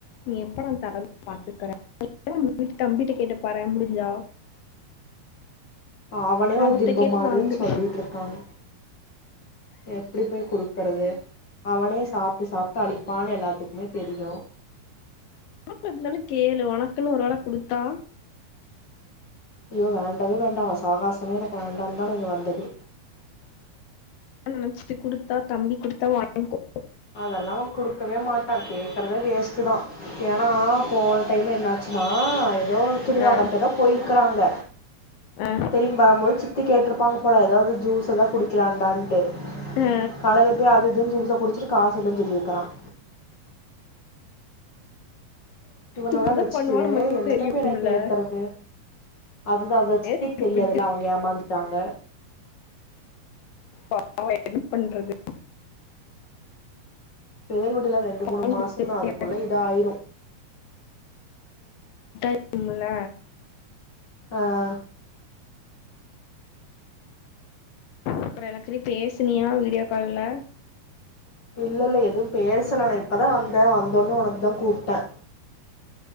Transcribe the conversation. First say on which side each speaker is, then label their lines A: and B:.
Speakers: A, on the left; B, on the left.
A: நீ எப்பட தரது பாத்துக்கறே வீட்டு தம்பிட்ட கேட்டு பாறே முடிஞ்சா
B: அவனே ஒரு
A: அவர்கிட்ட
B: திம்ப
A: கேட்டு
B: மாடுன்னு
A: வாங்கு
B: சொல்லிட்டு இருக்காங்க எப்படி போய் குடுக்குறது அவனே சாப்பிட்டு சாப்பிட்டு அழிப்பான் அவன எல்லாத்துக்குமே தெரியும்
A: ஆ பன்னாலனு கேளு உனக்குன்னு ஒரு வேளை குடுத்தா
B: ஐயோ வேண்டாவே வேண்டாம் அவன் சாகாசமே எனக்கு வேண்டாம்னு தான் நா இங்க வந்ததே
A: நினைச்சிட்டு குடுத்தா தம்பி குடுத்தா வாய்ங்கோ
B: அதெல்லாம் அவ குடுக்கவே மாட்டான் கேக்குறத வேஸ்ட் தான் ஏன்னா போன டைம் என்னாச்சுன்னா எதோ துணிவங்கர்க்கு
A: ஆ
B: தா போயிருக்காங்க
A: ஆ
B: திரும்பி வரும்போது சித்து கேட்டுரு வாங்க போலாம் ஏதாவது ஜூஸ் எத குடி லாண்டான்டு
A: ஆ
B: கடைல போய் அது இதுன்னு ஜூசை குடிச்சுட்டு காசுல்லனு சொல்லிருக்கிறான் இவனல்லாம்
A: இப்படிதான்
B: வச்சுட்டு
A: பண்ணுவான்னு நமக்கு
B: என்னத்த
A: தெரியும்ல
B: போய் நா கேக்குறது அதுதான் அத
A: நேத்து
B: சித்திக்கு தெரியாதுல்ல
A: இப்படி
B: அவங்க ஏமாந்துட்டாங்க
A: ப என்ன பண்றது
B: <inaudible> செறிவிடு எல்லாம் ரெண்டு மூணு
A: அவன்
B: மாசம்தான்
A: கொடுத்துருக்கேன்.
B: அதுக்குள்ள இத ஆயிரும்
A: டும்ள
B: ஆஹ்
A: அப்புறம் எல்லாதிலும் பேசுனியா வீடியோ கால்ல
B: இல்லல்ல எதுவும் பேச சல நான் இப்பதான் வந்தேன் வந்தோன்ன உனக்கு தான் கூப்ட்டேன்